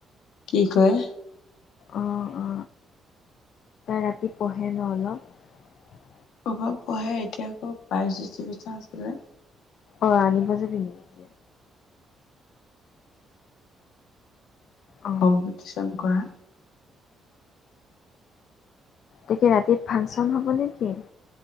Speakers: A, on the left; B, on the left.
A: কি কয়
B: অ অ ৰাতি পঢ়ে ন অলপ
A: অভাৱ পঢ়াই এতিয়া আকৌ পাইজি চিকিচা আছিলে
B: অ আনিব যাবি নেকি এতিয়া অ
A: কম্পিটিন <unintelligible> জনং কৰা
B: তাকে ৰাতি ফাংচন হ'ব নে কিি